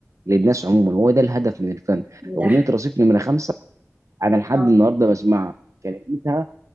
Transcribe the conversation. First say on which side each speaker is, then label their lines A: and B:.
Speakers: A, on the right; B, on the right.
A: للناس عموما هو ده الهدف من الفن اغنيه
B: ده حقيقي
A: رصيف نمره خمسه انا لحد
B: اه
A: النهارده بسمعها كلمتها